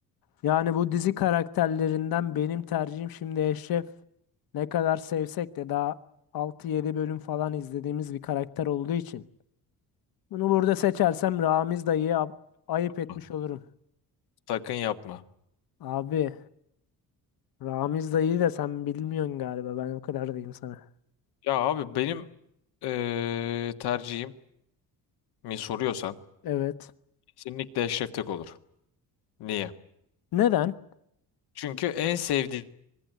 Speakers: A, on the left (about 65°); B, on the left (about 80°).
A: Yani bu dizi karakterlerinden benim tercihim şimdi Eşref ne kadar sevsek de daha altı yedi bölüm falan izlediğimiz bir karakter olduğu için. Bunu burada seçersem Ramiz dayıya ab- ayıp etmiş
B: Hı.
A: olurum.
B: Sakın yapma.
A: Abi Ramiz dayıyı da sen bilmiyorsun galiba ben o kadar diyeyim sana.
B: Ya abi benim eee tercihim mi soruyorsan
A: Evet.
B: kesinlikle Eşref Tek olur. Niye?
A: Neden?
B: Çünkü en sevdiğini